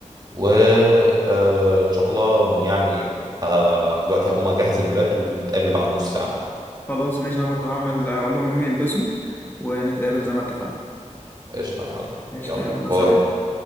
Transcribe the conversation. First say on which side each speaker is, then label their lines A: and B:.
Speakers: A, on the right (about 30°); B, on the left (about 15°).
A: وان شاء الله يعني ه- دلوقتي هقوم اجهز الولاد ونتقابل بعد نص ساعه مثلا
B: خلاص ماشي انا برضو هعمل اقول لهم يقوموا يلبسوا ونتقابل زي ما اتفقنا
A: قشطه يا معلم
B: قشطة
A: يلا
B: يلا
A: باي
B: سلام